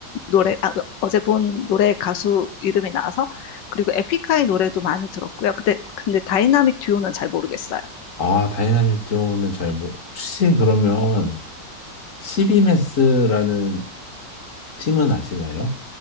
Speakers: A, on the left; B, on the left.
A: 노래, 아, 어제 본 노래 가수 이름이 나와서 그리고 에픽하이 노래도 많이 들었고요. 그때 근데 다이나믹 듀오는 잘 모르겠어요.
B: 아, 다이나믹 듀오는 잘 모르, 혹시 그러면 시비메스라는 팀은 아시나요?